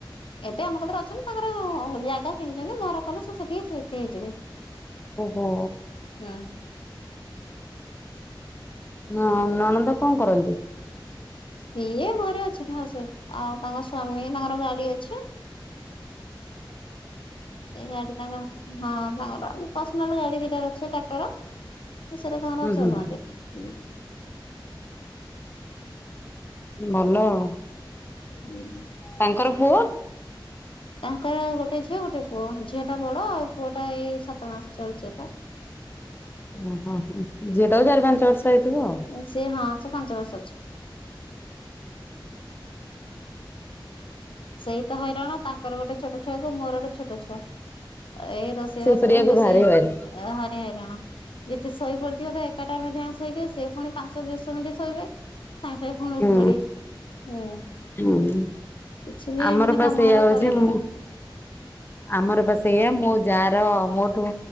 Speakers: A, on the left; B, on the left.
A: ଏବେ ଆମ କଥରେ ଅଛନ୍ତି ତାଙ୍କର ଜାଗା କିଣିଛନ୍ତି ଘର କଲେ ସେ ସେଠିକି ସିଫ୍ଟ ହେଇଯିବେ।
B: ଓହୋ।
A: ହୁଁ
B: ଓ ହ ନଣନ୍ଦ କଣ କରନ୍ତି?
A: ସିଏ ଘରେ ଅଛନ୍ତି ହଁ ସେ ଆଉ ତାଙ୍କ ସ୍ଵାମୀ ତାଙ୍କର ଗାଡି ଅଛି ସେଇ ଗାଡି ତାଙ୍କର ହଁ ତାଙ୍କର ପର୍ସନାଲ ଗାଡି ଦିଟ ଅଛ ଟାକ୍ଟର ସେଇଟା ତର
B: ହୁଁ
A: ଚଲନ୍ତି
B: ହୁଁ
A: ହୁଁ।
B: ଭଲ ଆଉ।
A: ହୁଁ।
B: ତାଙ୍କର ପୁଅ
A: ତାଙ୍କର ଗୋଟେ ଝିଅ ଗୋଟେ ପୁଅ ଝିଅ ଟା ବଡ ଆଉ ପୁଅ ଟା ଏଇ ସାତ ମାସ ଚାଲିଛିତ।
B: ଓହୋ ହୋ ଝିଏ ତକୁ ଚାରି ପାଞ୍ଚ ବର୍ଷ ହେଇଥିବ ଆଉ।
A: ହୁଁ ସେ ହଁ ସେ ପାଞ୍ଚ ବର୍ଷ ଅଛି। ସେଇ ତ ହଇରାଣ ତାଙ୍କର ଗୋଟେ ଛୋଟ ଛୁଆକୁ ମୋର ଗୋଟେ ଛୋଟ ଛୁଆ। ଏଇ ରୋଷେଇ ବାସ
B: କରିବାକୁ
A: ପାଇଁ ବେଶୀ
B: ଭାରି ହଇରାଣ।
A: ହାନି ହଇରାଣ। ଯଦି ଶୋଇ ପଡିଥିବେ ତ ଏକାଟାଇମ ରେ ଦୁଇ ଜଣ ଶୋଇଥିବେ ସେ ପୁଣି ପାଞ୍ଚ ଦଶ ମିନିଟ୍ ଶୋଇବେ ସାଙ୍ଗେ ସାଙ୍ଗେ ପୁଣି
B: ହୁଁ
A: ଉଠି ପିବେ ହୁଁ।
B: ହୁଁ
A: କିଛି ବି
B: ଆମର
A: ମାନେ କାମ
B: ପା ସେଇଆ
A: ଅରା
B: ହଉଛି
A: କରେଇଦେବେନି।
B: ମୁଁ ଆମର ପା ସେଇୟା ମୋ ଯା ର ମୋଠୁ